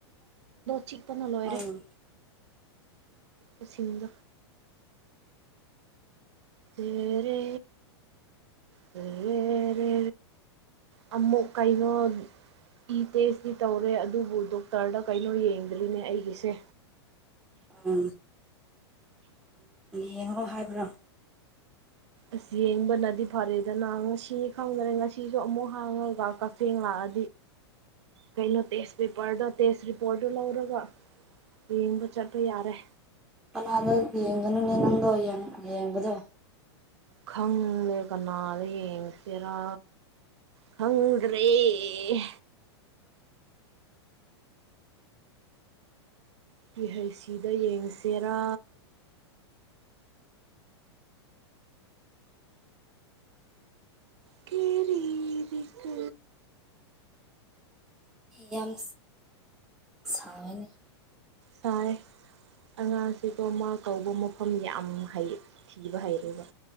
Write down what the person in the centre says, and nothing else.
ꯑꯗꯨꯒꯤ
ꯎꯝ ꯌꯦꯡꯉꯣ ꯍꯥꯏꯕ꯭ꯔꯣ
ꯀꯅꯥꯗꯥ ꯌꯦꯡꯒꯅꯨꯅꯦ ꯅꯪꯗꯣ ꯌꯦꯡꯕꯗꯣ
ꯌꯥꯝ ꯁꯅꯤ